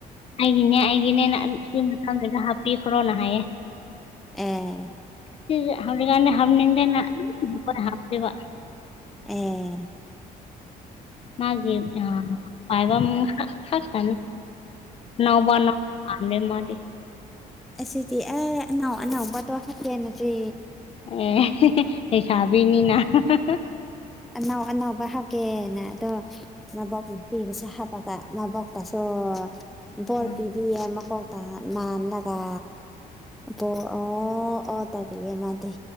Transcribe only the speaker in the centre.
ꯑꯦ
ꯑꯦ
ꯑꯁꯤꯗꯤ ꯑꯦ ꯑꯅꯧ ꯑꯅꯧꯕꯗꯣ ꯍꯥꯞꯀꯦꯅꯆꯤ
ꯑꯅꯧ ꯑꯅꯧꯕ ꯍꯥꯞꯀꯦꯅ ꯑꯗꯣ ꯃꯕꯣꯛ ꯅꯨꯄꯤꯕꯨꯁꯨ ꯍꯥꯞ ꯄꯒ ꯃꯕꯣꯛꯇꯁꯨ ꯕꯣꯔ
ꯄꯤ ꯄꯤꯌꯦ ꯃꯀꯣꯛꯇ ꯅꯥꯜꯂꯒ ꯑꯗꯣ ꯑꯣ ꯑꯣ ꯇꯧꯕꯤꯌꯦ ꯃꯥꯗꯤ